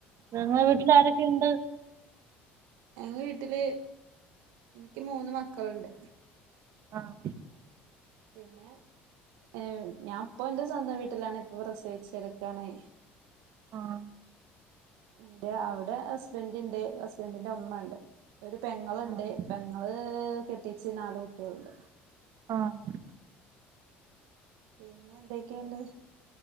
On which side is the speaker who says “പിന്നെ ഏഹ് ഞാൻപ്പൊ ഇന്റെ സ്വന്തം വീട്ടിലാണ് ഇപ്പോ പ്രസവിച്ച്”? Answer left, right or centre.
Right